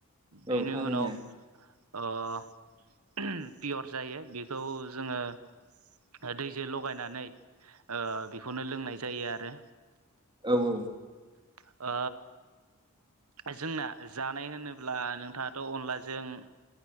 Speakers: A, on the right; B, on the right.
A: बेनि
B: औ थारैनो
A: उनाव ओ ओहोम पियर जायो बेखौ जोङो ओ दैजो लागायनानै ओ बेखौनो लोंनाय जायो आरो
B: औ औ
A: ओ जोंना जानाय होनोब्ला नोंथाङाथ' अनलाजों